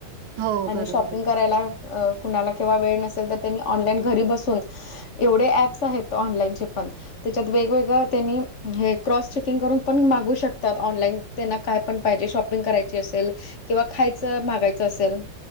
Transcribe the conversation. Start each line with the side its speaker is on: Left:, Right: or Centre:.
Right: हो
Left: आणि
Right: बरोबर
Left: शॉपिंग
Right: आहे.
Left: करायला अ कुणाला किंवा वेळ नसेल तर त्यांनी ऑनलाईन घरी बसून. एवढे ऍप्स आहेत ऑनलाइनचे पण. त्याच्यात वेगवेगळ त्यांनी हे क्रॉस चेकिंग करून पण मागू शकतात ऑनलाईन त्यांना काय पण पायजे शॉपिंग करायची असेल. किंवा खायचं मागायचं असेल